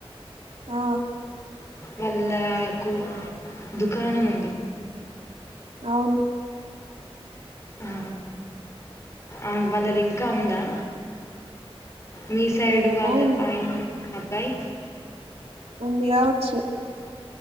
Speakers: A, on the right; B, on the left.
A: ఆ
B: వాళ్ళకు దుకాణం ఉంది
A: అవును
B: ఆ ఆ వాళ్ళది ఇంకా ఉందా మీ సైడ్
A: ఏమో
B: వాళ్ళ
A: ఉంది
B: ఆయన అబ్బాయి
A: ఉంది కావచ్చు